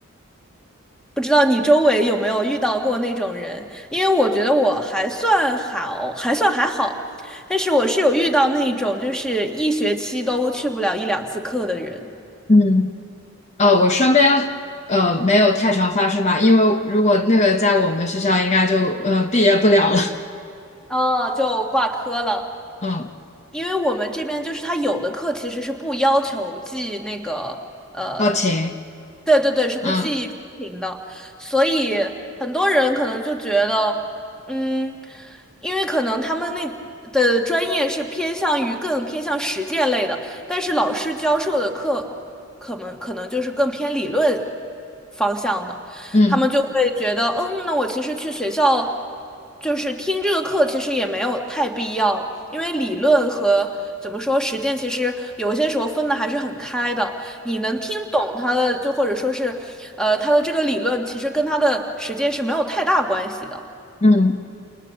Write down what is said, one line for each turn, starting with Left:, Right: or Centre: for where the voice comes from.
Centre: 不知道你周围有没有遇到过那种人？因为我觉得我还算好，还算还好，但是我是有遇到那种就是一学期都去不了一两次课的人，
Left: 嗯呃，我身边呃没有太常发生吧，因为如果那个在我们学校，应该就呃毕业不了了。
Centre: 啊，就挂科了。
Left: <laughs> 嗯，
Centre: 因为我们这边就是他有的课其实是不要求记那个呃，
Left: 好勤，
Centre: 对对对，是不记出勤的，
Left: 嗯
Centre: 所以很多人可能就觉得，嗯，因为可能他们那的专业是偏向于更偏向实践类的，但是老师教授的课可能可能就是更偏理论方向的。
Left: 嗯
Centre: 他们就会觉得，嗯，那我其实去学校就是听这个课，其实也没有太必要，因为理论和怎么说实践，其实有一些时候分的还是很开的。你能听懂他的，就或者说是，呃，他的这个理论，其实跟他的实践是没有太大关系的。
Left: 嗯，